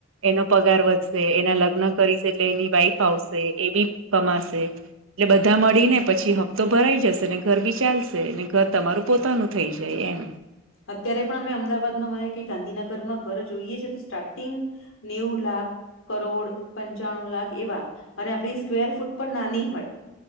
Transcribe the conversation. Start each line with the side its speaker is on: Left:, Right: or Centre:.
Right: એનો પગાર વધશે. એના લગ્ન કરીશ એટલે એની વાઈફ આવશે, એ બી કમાશે. એટલે બધા મળીને પછી હફ્તો ભરાઈ જશે, ને ઘર બી ચાલશે. ને ઘર તમારું પોતાનું થઈ જાય એમ.
Left: અત્યારે પણ અમે અમદાવાદમાં <unintelligible> કે ગાંધીનગરમાં ઘર જોઈએ છે, તો સ્ટાર્ટિંગ નેવું લાખ કરોડ, પંચાણું લાખ એવા. અને આપણી સ્કવેર ફૂટ પણ નાની હોય.